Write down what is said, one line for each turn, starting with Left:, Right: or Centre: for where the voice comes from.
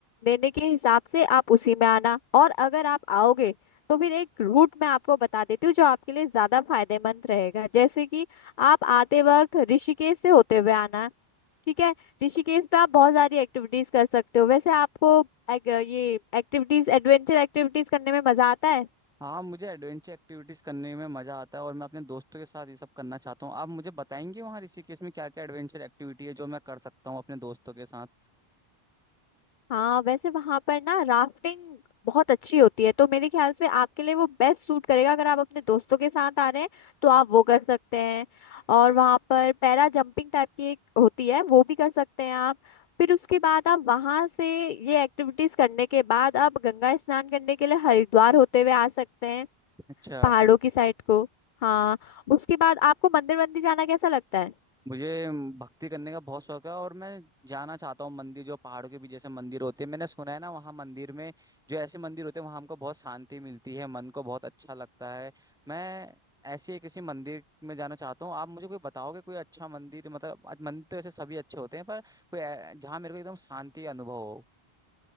Left: लेने के हिसाब से आप उसी में आना और अगर आप आओगे तो फिर एक रूट मैं आपको बता देती हूँ जो आपके लिए ज्यादा फायदेमंद रहेगा जैसे कि आप आते वक्त ऋषिकेश से होते हुए आना ठीक है ऋषिकेश में आप बहुत सारी एक्टिविटीज कर सकते हो वैसे आपको एक, ये एक्टिविटीज एडवेंचर एक्टिविटीज करने में मजा आता है
Centre: हाँ मुझे एडवेंचर एक्टिविटीज करने में मजा आता है और मैं अपने दोस्तों के साथ ये सब करना चाहता हूँ आप मुझे बताएंगे वहाँ ऋषिकेश में क्या क्या एडवेंचर एक्टिविटी है जो मैं कर सकता हूँ अपने दोस्तों के साथ
Left: हाँ वैसे वहां पर ना राफ्टिंग बहुत अच्छी होती है तो मेरे ख्याल से आपके लिए वो बेस्ट सूट करेगा अगर आप अपने दोस्तों के साथ आ रहे हैं तो आप वो कर सकते हैं और वहां पर पैरा जंपिंग टाइप की एक होती है वो भी कर सकते हैं आप फिर उसके बाद आप वहां से ये एक्टिविटीज करने के बाद आप गंगा स्नान करने के लिए हरिद्वार होते हुए आ सकते हैं
Centre: अच्छा
Left: पहाड़ों की साइड को हाँ उसके बाद आपको मंदिर मंदिर जाना कैसा लगता है
Centre: मुझे भक्ति करने का बहुत शौक है और मैं जाना चाहता हूँ मंदिर जो पहाड़ों के बीच जैसे मंदिर होते हैं मैंने सुना है ना वहाँ मंदिर में जो ऐसे मंदिर होते हैं वहाँ हमको बहुत शांति मिलती है मन को बहुत अच्छा लगता है मैं ऐसे ही किसी मंदिर में जाना चाहता हूँ आप मुझे कोई बताओगे कोई अच्छा मंदिर मतलब आज मंदिर तो ऐसे सभी अच्छे होते हैं पर कोई ऐ- जहाँ मेरे को एकदम शांति अनुभव हो